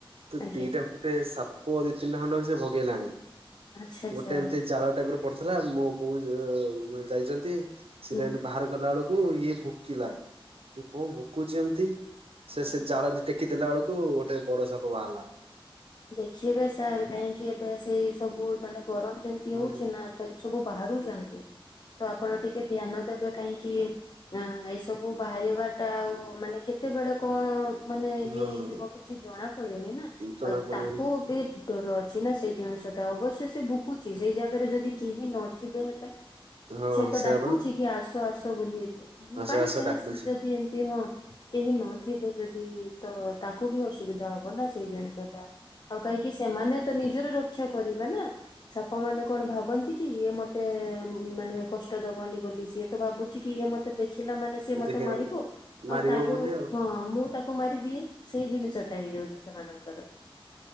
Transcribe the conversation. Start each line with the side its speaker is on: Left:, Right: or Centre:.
Right: ତ
Left: ଆଜ୍ଞା
Right: ଦିଇଟା ଗୋଟେ ସାପ ପ ଦିଇ ତିନି ଟା ଖଣ୍ଡ ଭଗେଇଲାଣି
Left: ଆଚ୍ଛା ଆଚ୍ଛା
Right: ଗୋଟେ ଏମତି ଜାଳ ଟାଇପ ର ହେଲା ମୋ ବୋଉ ଜ ଅ ଯାଇଚନ୍ତି। ସେଇଟା
Left: ହୁଁ
Right: ଏମତି ବାହାର କଲା ବେଳକୁ ଓ ଇଏ ଭୋକିଲା କି କଣ ଭକୁଛି ଏମତି ସେ
Left: ହୁଁ।
Right: ସେ ଜାଳନ୍ତି ଟେକି ଦେଲା ବେଳକୁ କୁ ଗୋଟେ ବଡ ସାପ ବାହାରିଲା।
Left: ଦେଖିଵେ ସାର୍ କାହିଁକି ଏବେ ସେଇ ସବୁୁର ମାନେ ଗରମ ଯେମିତି
Right: ହଁ
Left: ହଉଛି ନା ତ ଏ ସବୁ ବାହାରୁଛନ୍ତି ତ ଆପଣ ଟିକେ ଧ୍ୟାନ ଦେବେ କାହିଁକି ଏଇସବୁ ବାହାରିବାଟା ଆଉ ମାନେ କେତେବେଳେ କଣ? ମାନେ ଇଏ
Right: ହଁ
Left: ହେଇଯିବ କିଛି ଜଣା ପଡିବନି ନା।
Right: ଜଣା ପଡିଗଲା।
Left: ତାକୁ ବି ଡ଼ର ଅଛି ନା ସେଇ ଜିନିଷ ଟା ଅବଶ୍ୟ ଭୁକୁଛି ସେଇ ଜାଗାରେ ଯଦି କେହିିଁ ନଥିବେ ହେଲେ
Right: ହଁ
Left: ସେ ତ
Right: ସେୟା
Left: ଡାକୁଛି
Right: ବା
Left: କି ଆସୁ ତ ଆସ ବୋଲି।
Right: ଆସ
Left: ବାଇଚାନ୍ସ
Right: ଆସ ଡାକୁଛି।
Left: ଯଦି ଏମିତି ହଁ କେହି ନଥିବେ ଯଦି ତ ତାକୁ ବି ଅସୁବିଧା ହବ। ହବ ନା ସେଇ ଜଣେ ସାର୍ ଆଉ କାହିଁକି ସେମାନେ ତ ନିଜର ରକ୍ଷା କରିବେ ନା ସାପ ମାନେ କଣ ଭାବନ୍ତି କି ଇଏ ମତେ ମାନେ କଷ୍ଟ ଦବନି ବୋଲି ସିଏ। ଭାବୁଛି କି ଇଏ ମତେ ଦେଖ ଖିଲା ମାନେ ସି ମତେ
Right: ଦେଖିଆ
Left: ମାରିବୁ
Right: ମାରିବ
Left: ଆଉ ତାଠୁ
Right: ବୋଲି ଆଉ
Left: ହଁ ମୁଁ ତାକୁ। କୁ ମାରୀ ଦିଏ। ସେଇ ଜିନିଷଟା ହେଇଯାଉଛି ସେମାନଙ୍କର।